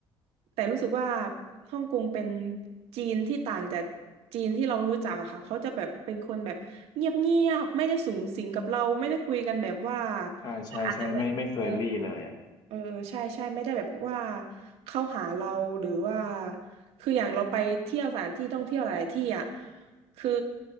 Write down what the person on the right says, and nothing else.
แต่รู้สึกว่าฮ่องกงเป็นจีนที่ต่างจากจีนที่เรารู้จักอะค่ะเขาจะแบบเป็นคนแบบเงียบเงียบไม่ได้สูงสิงกับเราไม่ได้คุยกันแบบว่า
อาจจะแบบเออ เออใช่ใช่ไม่ได้แบบว่าเข้าหาเราหรือว่าคืออย่างเราไปเที่ยวสถานที่ท่องเที่ยวหลายๆที่อ่ะคือ